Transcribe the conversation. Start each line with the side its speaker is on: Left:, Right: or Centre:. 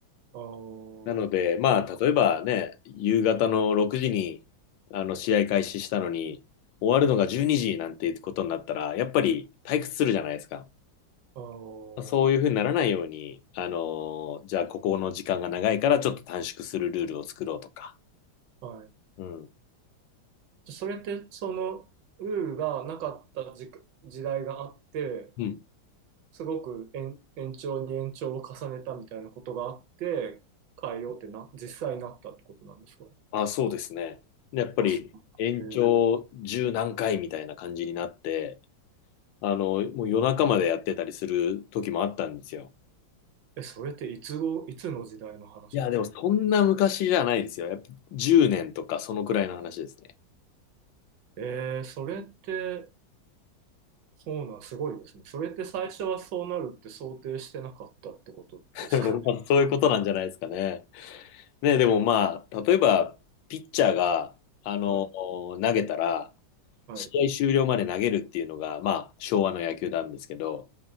Right: あー、
Left: なので、まあ、例えばね、夕方の6時に、あの、試合開始したのに、終わるのが12時なんていうことになったら、やっぱり退屈するじゃないですか。
Right: あー、
Left: そういうふうにならないように、あの、じゃあここの時間が長いからちょっと短縮するルールを作ろうとか。
Right: はい。
Left: うん。
Right: じゃあそれってそのルールがなかった時、時代があって、
Left: うん
Right: すごく延、延長に延長を重ねたみたいなことがあって、変えようってな、実際になったってことなんですか
Left: あ、そうですね。でやっぱり延長十何回みたいな感じになって、
Right: あ、そう。えー
Left: あの、もう夜中までやってたりする時もあったんですよ。
Right: え、それっていつご、いつの時代の話ですか
Left: いや、でもそんな昔じゃないですよ。やっぱ10年とかそのくらいの話ですね。
Right: えー、それって、そうなん、すごいですね。それって最初はそうなるって想定してなかったってことですかね。
Left: <laughs> まあそういうことなんじゃないですかね。ね、でもまあ、例えば、ピッチャーが、あの、
Right: <laughs> はい、
Left: 投げたら、
Right: はい、
Left: 試合終了まで投げるっていうのが、まあ、昭和の野球なんですけど、